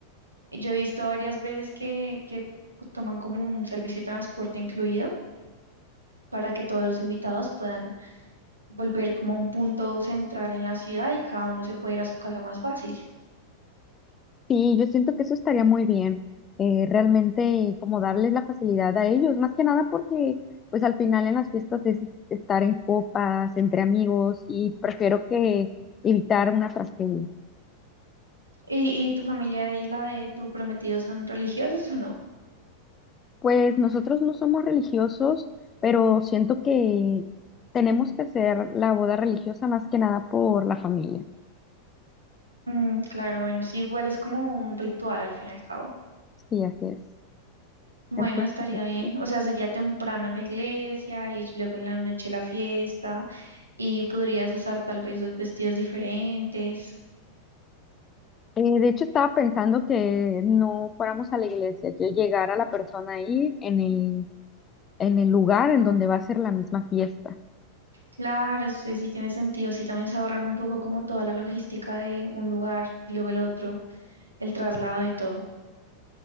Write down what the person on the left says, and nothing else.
Sí, yo siento que eso estaría muy bien, eh, realmente como darles la facilidad a ellos, más que nada porque pues al final en las fiestas es estar en copas, entre amigos y prefiero que evitar una tragedia.
Pues nosotros no somos religiosos, pero siento que tenemos que hacer la boda religiosa más que nada por la familia.
Sí, así es.
Entonces,
sí.
Eh, de hecho, estaba pensando que no fuéramos a la iglesia, que llegara la persona ahí en el, en el lugar en donde va a ser la misma fiesta.